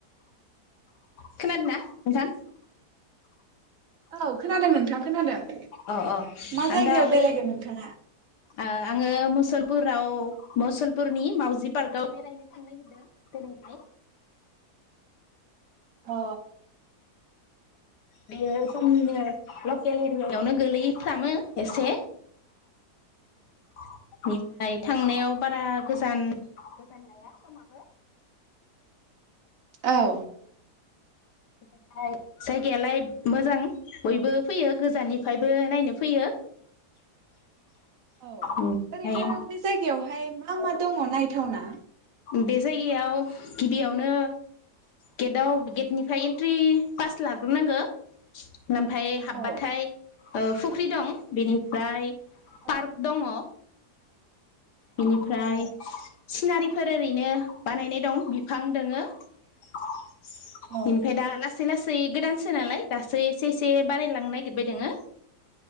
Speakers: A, on the left; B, on the right.
A: खोनादोंना नोंथां?
B: औ खोनादों नोंथां खोनादों
A: अ अ
B: मा
A: आं
B: जायगायाव
A: दा बै
B: बेरायगोन नोंथाङा
A: आङो मुसल पुराव मसलपुरनि मावजि पार्कआव बेरायनो थांनो नागिरदों दिनैहाय।
B: अ
A: बेयो जोंनिनो लकेल एरियायावनो गोलैफ्रामो एसे। <inaudible> थांनायाव बारा गोजान गोजान लाया समाबो।
B: औ
A: बेनिफ्राय जायगायालाय मोजां बयबो फैयो गोजाननिफ्रायबो नायनो फैयो।
B: औ ओरैनो
A: ओमफ्राय
B: बे जायगायावहाय मा मा दङ नायथावना?
A: बे जायगायाव गिबियावनो गेटआव गेटनिफ्राय एन्ट्रि पास लाग्रोनांगो ओमफ्राय हाबबाथाय
B: औ
A: औ फुख्रि दं बेनिफ्राय
B: औ
A: पार्क दङ।
B: औ
A: बेनिफ्राय सिनारि फोर ओरैनो बानायनाय दं बिफां दोङो। बिनिफ्राय
B: औ
A: दा ला लासै लासै गोदानसो नालाय दासो एसे एसे बारायलांनो नागिरबाय दोङो।